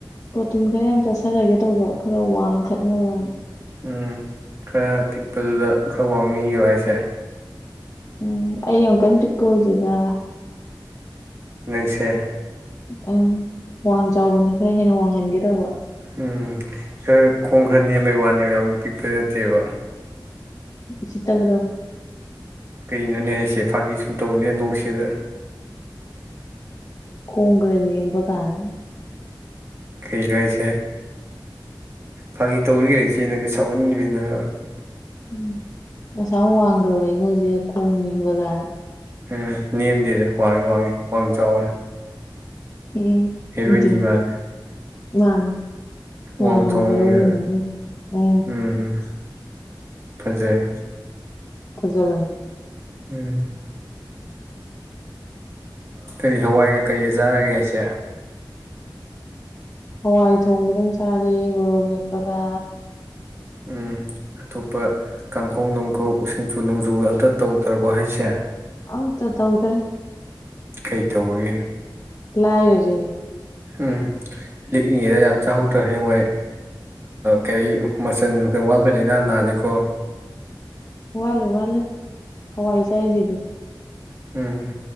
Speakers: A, on the left (about 40°); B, on the right (about 35°).
A: ꯄ꯭ꯔꯣꯇꯤꯟ ꯈꯔ ꯌꯥꯝ ꯆꯠꯊꯔꯒꯦ ꯇꯧꯕ ꯈꯔ ꯋꯥꯡꯈꯠꯅꯕ
B: ꯎꯝ ꯈꯔ ꯄꯤꯛꯄꯗꯨꯗ ꯈꯔ ꯋꯥꯡꯅꯤꯡꯉꯦꯕ ꯍꯥꯏꯁꯦ
A: ꯎꯝ ꯑꯣꯟ ꯀꯟꯇꯤ ꯄꯗꯤꯦꯗꯥ
B: ꯎꯝꯁꯦ
A: ꯑ ꯋꯥꯡ ꯆꯥꯎꯕꯅꯤ ꯈꯔ ꯍꯦꯟꯅ ꯋꯥꯡꯍꯟꯒꯦ ꯇꯧꯕ
B: ꯎꯝ ꯈꯔ ꯈꯣꯡ ꯈꯔꯅꯦꯦꯝ ꯃꯩ ꯋꯥꯅꯦꯕ ꯌꯥꯝ ꯄꯤꯛꯄ ꯅꯠꯇꯦꯕ
A: ꯁꯤꯠꯇꯕ꯭ꯔꯣ
B: ꯀꯩꯅꯅꯦꯁꯦ ꯐꯥꯒꯤ ꯁꯨꯝ ꯇꯧꯕꯅꯦ ꯅꯣꯛꯁꯤꯗ
A: ꯀꯨꯒꯔꯦꯅꯤ ꯀꯥꯡ
B: ꯀꯩꯅꯣ ꯍꯥꯏꯁꯦ ꯐꯥꯒꯤ ꯇꯧꯔꯤꯒꯦꯗ ꯏꯆꯦꯅꯒ ꯁꯥꯎꯍꯟꯕꯤꯅ꯭ꯔ
A: ꯎꯝ ꯉꯁꯥ ꯋꯥꯡꯈ꯭ꯔꯕ ꯑꯩꯉꯣꯟꯁꯦ ꯈꯣꯡꯅꯤꯕ ꯀꯥ
B: ꯎꯝ ꯅꯦꯝꯗꯦꯗ ꯋꯥꯡꯉꯤ ꯋꯥꯡꯉꯤ ꯋꯥꯡ ꯆꯥꯎꯔꯦ
A: ꯎꯝ
B: ꯍꯦꯔꯣꯏꯟꯅꯤ
A: ꯏꯗ
B: ꯃꯥꯜꯂꯦ
A: ꯃꯥ ꯃꯌꯥꯝꯅ
B: ꯋꯥꯡ ꯆꯥꯎꯃꯟꯒꯤꯗ
A: ꯍꯔꯣꯅꯤꯡꯅꯦꯅꯦ ꯎ
B: ꯎꯝ ꯐꯖꯩ
A: ꯐꯖꯕꯅꯤ
B: ꯎꯝ ꯀꯔꯤ ꯍꯋꯥꯏꯒ ꯀꯔꯤꯒ ꯆꯥꯔꯒꯦ ꯍꯥꯏꯁꯦ
A: ꯍꯋꯥꯏ ꯊꯣꯡꯕꯗꯪ ꯆꯥꯔꯤ ꯃꯣꯔꯣꯛ ꯃꯦꯠꯄꯒ
B: ꯎꯝ ꯑꯇꯣꯞꯄ ꯀꯥꯡꯈꯧ ꯅꯨꯡꯈꯧ ꯁꯤꯡꯖꯨ ꯅꯣꯡꯖꯨ ꯑꯜꯇ ꯇꯧꯗ꯭ꯔꯕ ꯍꯥꯏꯁꯦ
A: ꯑ ꯇ ꯇꯧꯗ꯭ꯔꯦ
B: ꯀꯩ ꯇꯧꯕꯒꯦ
A: ꯂꯥꯏꯔꯥꯔꯦ
B: ꯎꯝ ꯂꯤꯛꯏꯉꯩꯗ ꯌꯥꯝ ꯆꯥꯍꯧꯗ꯭ꯔ ꯍꯦꯉꯣꯏ ꯀꯔꯤ ꯃꯆꯜ ꯋꯥꯠꯄꯩ ꯂꯥꯏꯅꯥ ꯅꯥꯅꯤꯀꯣ
A: ꯋꯥꯠꯂꯣꯏ ꯋꯥꯠꯂꯣꯌ ꯍꯋꯥꯏ ꯆꯥꯏꯁꯤꯗꯤ
B: ꯎꯝ